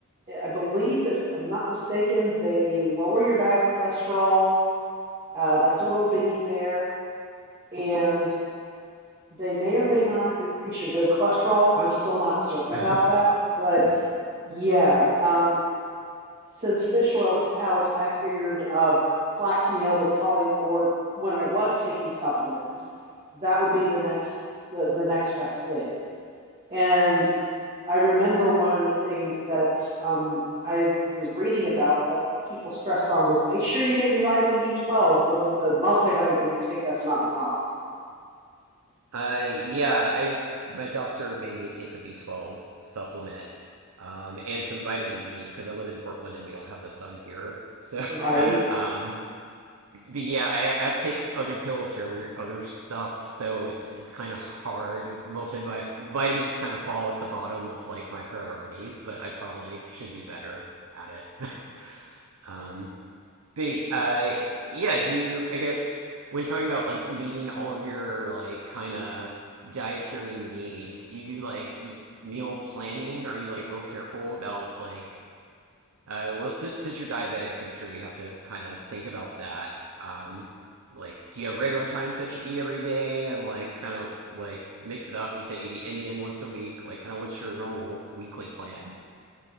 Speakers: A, on the right; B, on the right.
A: I believe, if I'm not mistaken, they lower your bad cholesterol. Uh, that's a real biggie there. And They may or may not increase your good cholesterol. I'm still not certain
B: <laughs>
A: about that. But yeah, um, since fish oil's out, I figured uh, flax meal would probably, or when I was taking supplements, that would be the next the, the next best thing. And I remember one of the things that um, I was reading about that people stressed on was make sure you get your vitamin B12, but with the multivitamin I take, that's not a problem,
B: Uh, yeah, I my doctor made me take a B12 supplement, um, and some vitamin D because I live in Portland and we don't have the sun here. So,
A: right?
B: <laughs> um, but yeah, I, I have to take other pills for every other stuff, so it's it's kind of hard. Multivit vitamins kind of fall at the bottom of like my priorities, but I probably should be better at it. <laughs> Um, but uh, yeah, do you, I guess, when talking about like meeting all of your like kind of dietary needs, do you do like m meal planning? Are you like real careful about like, uh, well, since, since you're diabetic, I'm sure you have to kind of think about that. Um, like, do you have regular times that you eat every day and like kind of like mix it up? You say Indian once a week, like kind of what's your normal weekly plan?